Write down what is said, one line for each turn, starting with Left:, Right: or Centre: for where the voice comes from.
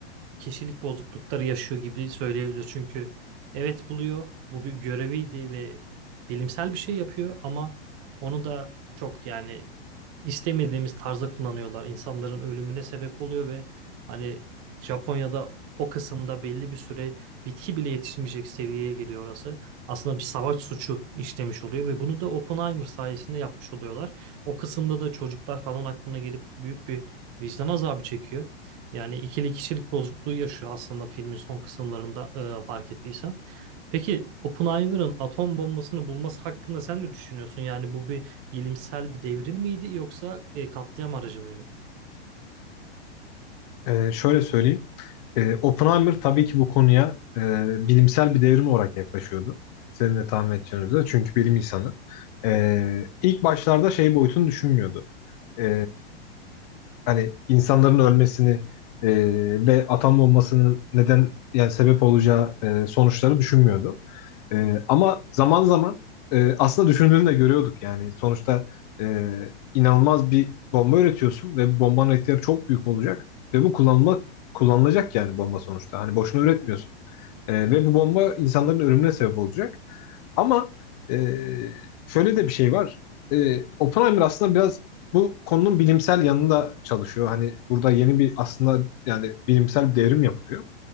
Right: kişilik bozuklukları yaşıyor gibi söyleyebilir. Çünkü evet buluyor, bu bir göreviydi ve bilimsel bir şey yapıyor ama onu da çok yani istemediğimiz tarzda kullanıyorlar. İnsanların ölümüne sebep oluyor ve hani Japonya'da o kısımda belli bir süre bitki bile yetişmeyecek seviyeye geliyor orası aslında bir savaş suçu işlemiş oluyor ve bunu da Oppenheimer sayesinde yapmış oluyorlar. O kısımda da çocuklar falan aklına gelip büyük bir vicdan azabı çekiyor. Yani ikili kişilik bozukluğu yaşıyor aslında filmin son kısımlarında e, fark ettiysen. Peki Oppenheimer'ın atom bombasını bulması hakkında sen ne düşünüyorsun? Yani bu bir bilimsel bir devrim miydi yoksa e, katliam aracı mıydı?
Left: E, şöyle söyleyeyim. E, Oppenheimer tabii ki bu konuya e, bilimsel bir devrim olarak yaklaşıyordu. Senin de tahmin edeceğin üzere. Çünkü bilim insanı. E, ilk başlarda şey boyutunu düşünmüyordu. E, hani insanların ölmesini e, ve atom bombasının neden yani sebep olacağı e, sonuçları düşünmüyordu. E, ama zaman zaman e, aslında düşündüğünü de görüyorduk yani. Sonuçta e, inanılmaz bir bomba üretiyorsun ve bu bombanın etkileri çok büyük olacak ve bu kullanılmak kullanılacak yani bomba sonuçta. Hani boşuna üretmiyorsun. E, ve bu bomba insanların ölümüne sebep olacak. Ama e, şöyle de bir şey var. E, Oppenheimer aslında biraz bu konunun bilimsel yanında çalışıyor. Hani burada yeni bir aslında yani bilimsel bir devrim yapılıyor.